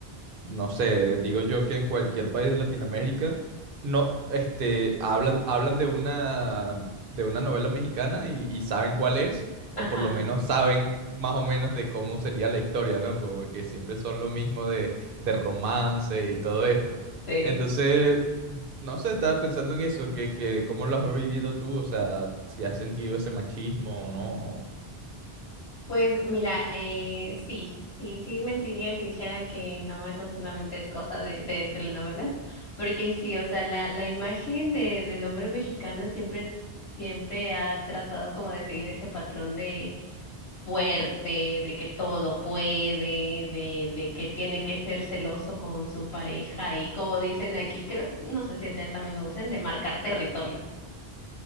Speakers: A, on the right; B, on the left.
A: no sé, digo yo que en cualquier país de Latinoamérica no, este, hablan, hablan de una, de una novela mexicana y, y saben cuál es, o
B: Ajá.
A: por lo menos saben más o menos de cómo sería la historia, ¿no? Como que siempre son lo mismo de, de romance y todo esto.
B: sí
A: Entonces, no sé, estaba pensando en eso, que, que cómo lo has vivido tú, o sea, si has sentido ese machismo o no.
B: Pues mira, eh, sí, sí, sí mentiría si dijera que no, eso solamente es cosa de, de telenovelas, porque sí, o sea, la, la imagen de, del hombre mexicano siempre, siempre ha tratado como de seguir ese patrón de fuerte, de que todo lo puede, de, de que tiene que ser celoso con su pareja y como dicen aquí, creo, no sé si allá también lo usan, de marcar territorio.